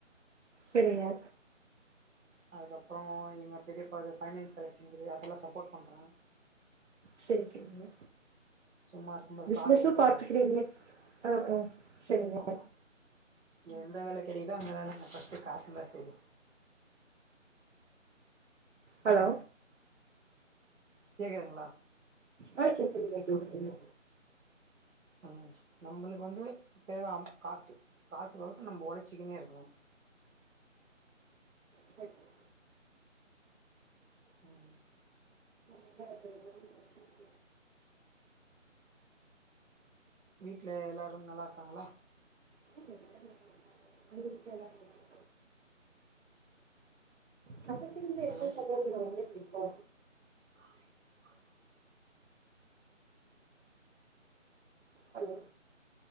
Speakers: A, on the right; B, on the right.
A: செரிங்க
B: அதுக்கப்றோ எங்க பெரியப்பாது ஃபைனான்ஸ் கலெக்ஷன்னு இருக்குது அதல சப்போர்ட் பண்ணுறே
A: செரி செரிங்க
B: சும்மா இருக்கும்போது
A: பிசினஸு
B: கார் ஓட்டுவே
A: பாத்துக்கறீங்க ஆ ஆ செரிங்க
B: ஆமா எந்த வேல கெடைக்கிதோ அந்த வேலங்க ஃபர்ஸ்ட் காசு இருந்த செரி
A: ஹலோ
B: கேக்குதுங்ளா
A: ஆ கேக்குதுங்க சொல்லு சொல்லு
B: ஆ நம்மளுக்கு வந்து தேவ அம் காசு காசுக்கோசோ நம்ம ஒழச்சிக்கின்னே இருக்கணு
A: செரிங்க
B: ம்
A: இல்ல எதுவும் பேச
B: வீட்ல எல்லாரு நல்லா இருக்காங்ளா
A: இங்கே எல்லாரு நல்லா இருக்காங்க உங்க வீட்ல எல்லாரு நல்லா சமைக்கிறதுல
B: ஹலோ
A: எந்த சமையல் ரொம்பவே புடிக்கோ
B: <inaudible>
A: ஹலோ